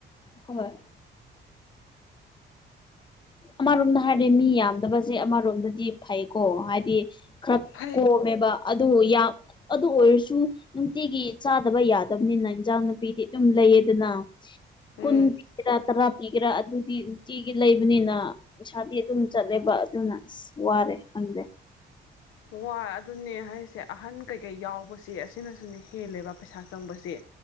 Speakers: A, on the left (about 25°); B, on the left (about 85°).
A: ꯍꯣꯏ ꯑꯃꯔꯣꯝꯗ ꯍꯥꯏꯔꯗꯤ ꯃꯤ ꯌꯥꯝꯗꯕꯁꯦ ꯑꯃꯔꯣꯝꯗꯗꯤ ꯐꯩꯀꯣ ꯍꯥꯏꯗꯤ ꯈꯔ
B: ꯐꯩ
A: ꯀꯣꯝꯃꯦꯕ ꯑꯗꯨ ꯌꯥꯝ ꯑꯗꯨ ꯑꯣꯏꯔꯁꯨ ꯅꯨꯡꯇꯤꯒꯤ ꯆꯥꯗꯕ ꯌꯥꯗꯕꯅꯤꯅ ꯏꯟꯖꯥꯡ ꯅꯨꯄꯤꯗꯤ ꯑꯗꯨꯝ ꯂꯩꯌꯦꯗꯅ
B: ꯎꯝ
A: ꯀꯨꯟ ꯄꯤꯒꯦꯔꯥ ꯇꯔꯥ ꯄꯤꯒꯦꯔꯥ ꯑꯗꯨꯗꯤ ꯅꯨꯡꯇꯤꯒꯤ ꯂꯩꯕꯅꯤꯅ ꯄꯩꯁꯥꯗꯤ ꯑꯗꯨꯝ ꯆꯠꯂꯦꯕ ꯑꯗꯨꯅ ꯑꯁ ꯋꯥꯔꯦ ꯈꯪꯗꯦ
B: ꯋꯥ ꯑꯗꯨꯅꯦ ꯍꯥꯏꯁꯦ ꯑꯍꯟ ꯀꯩꯀꯩ ꯌꯥꯎꯕꯁꯦ ꯑꯁꯤꯅꯁꯨꯅꯦ ꯍꯦꯜꯂꯦꯕ ꯄꯩꯁꯥ ꯆꯪꯕꯁ‌ꯦ